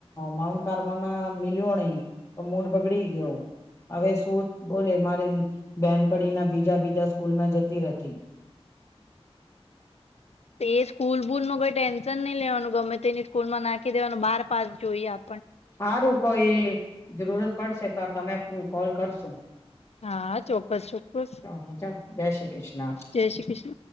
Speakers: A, on the left (about 25°); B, on the left (about 75°).
A: મા <unintelligible> મિલ્યો નહી તો મૂડ બગડી ગીયો હવે શું બોલે મારી બેન પડી ના બીજા બી જા સ્કૂલ ના જતી રથી
B: એ સ્કૂલ બુલ નું કઈ ટેન્શન નહી લેવાનું ગમે તેની સ્કૂલમાં નાખી દેવાનું બાર પાસ જોઈએ આ
A: સારું કોઈ જરૂરત પડશે ત તમે હું કોલ કરશું,
B: હા ચોક્કસ ચોક્કસ
A: ચાલ, જય શ્રી કૃષ્ણ. <inaudible>
B: જય શ્રી કૃષ્ણ.